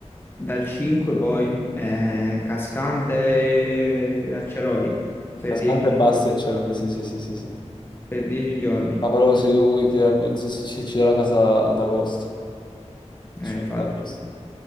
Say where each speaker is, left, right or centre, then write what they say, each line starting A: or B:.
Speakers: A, on the left (about 20°); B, on the left (about 40°).
A: Dal 5 poi eh, Cascante e Acceroli per
B: Cascante
A: 10
B: e
A: giorni.
B: Basti e Ceroli, sì, sì, sì, sì, sì.
A: Per 10 giorni,
B: Ma però se, devo chiedere a mia zia se ci, ci dà la casa ad agosto.
A: eh,
B: Sfondacci.
A: infatti.